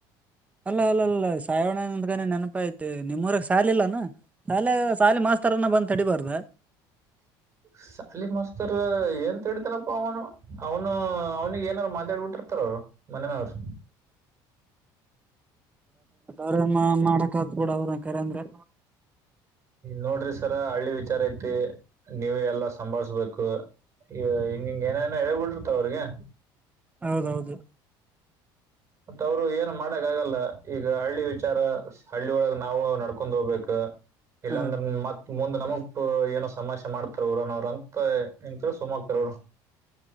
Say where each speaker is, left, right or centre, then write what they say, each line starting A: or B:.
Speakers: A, on the right (about 15°); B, on the right (about 35°).
A: ಅಲ್ಲ ಅಲ್ಲ ಅಲ್ಲ ಸಾಯವಣಂದ್ಗ ನೆನಪ ಐತಿ ನಿಮ್ಮೂರಕ್ ಸಾಲ ಇಲ್ಲಾನ ಶಾಲೆ ಸಾಲಿ ಮಾಸ್ತ ಬಂದ್ ತಡಿಬಾರ್ದ
B: <inaudible> ಶಾಲಿ ಮಾಸ್ತರ್ ಏಂತ ತಡಿತನಪ್ಪ ಅವನು ಅವ್ನು ಅವ್ನಿಿಗೆ ಏನಾರ ಮಾತಾಡ್ಬಿಟ್ರ ಎತ್ರ ಮನನಾರ್
A: ಡ್ರ ಮಾಡಕಾದಬುಡ ಅವ್ರ ಕರೆ ಅಂದ್ರೆ.
B: ನೋಡ್ರಿ ಸರ ಹಳ್ಳಿ ವಿಚಾರ ಐತಿ ನೀವೇ ಎಲ್ಲಾ ಸಂಭಾಳ್ಸ್ಬೇಕು. ಈ ಹಿಂಗಿಂಗ ಏನ ಏನೋ ಹೇಳ್ಬಿಟ್ಟಿರ್ತಾವ ಅವ್ರಿಗೆ
A: ಹೌದೌದು
B: ಮತ್ತ ಅವ್ರು ಏನ್ ಮಾಡಕ್ ಆಗಲ್ಲ ಈಗ ಹಳ್ಳಿ ವಿಚಾರ ಹಳ್ಳಿ ಒಳಗ್ ನಾವು ನಡ್ಕೊಂಡ್ ಹೋಗ್ಬೇಕ. ಇಲ್ಲಾಂದ್ರ
A: ಹೌದ
B: ಮತ್ ಮುಂದ ನಮಗ್ ಏನೋ ಸಮೇಶೆ ಮಾಡ್ತಾರ ಊರನೋ ಅವ್ರ ಅಂತ ಹೆಂಗೇಳ ಸುಮಕ್ತಾರ ಅವರು